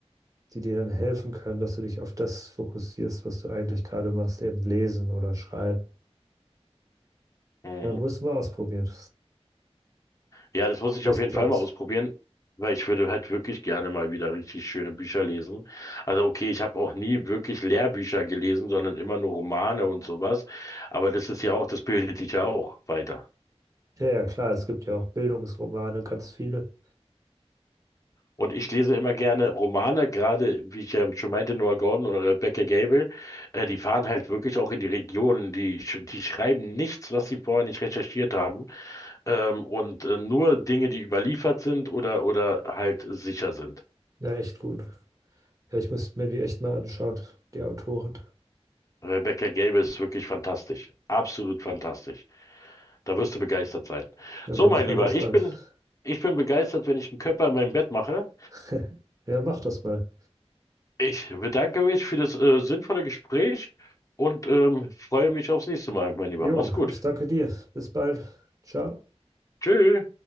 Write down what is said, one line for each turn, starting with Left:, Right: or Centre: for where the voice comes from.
Right: die dir dann helfen können, dass du dich auf das fokussierst, was du eigentlich gerade machst, eben lesen oder schreiben.
Left: Mhm.
Right: Dann musst du mal ausprobieren.
Left: Ja, das muss ich
Right: Vielleicht
Left: auf jeden
Right: klappt's.
Left: Fall mal ausprobieren, weil ich würde halt wirklich gerne mal wieder richtig schöne Bücher lesen. Also okay, ich habe auch nie wirklich Lehrbücher gelesen, sondern immer nur Romane und sowas. Aber das ist ja auch, das bildet dich ja auch weiter.
Right: Ja, ja, klar, es gibt ja auch Bildungsromane, ganz viele.
Left: Und ich lese immer gerne Romane, gerade wie ich ja schon meinte, Noah Gordon oder Rebecca Gable, äh, die fahren halt wirklich auch in die Regionen, die, sch- die schreiben nichts, was sie vorher nicht recherchiert haben, ähm, und äh, nur Dinge, die überliefert sind oder, oder halt sicher sind.
Right: Ja, echt gut. Ja, ich müsste mir die echt mal anschauen, die Autoren.
Left: Rebecca Gable ist wirklich fantastisch. Absolut fantastisch. Da wirst du begeistert sein.
Right: Da
Left: So,
Right: bin
Left: mein
Right: ich mal
Left: Lieber,
Right: gespannt.
Left: ich bin, ich bin begeistert, wenn ich einen Körper in meinem Bett mache.
Right: <laughs> Ja, mach das mal.
Left: Ich bedanke mich für das äh, sinnvolle Gespräch und ähm, freue mich aufs nächste Mal, mein Lieber.
Right: Jo,
Left: Mach's gut.
Right: ich danke dir. Bis bald. Ciao.
Left: Tschüss.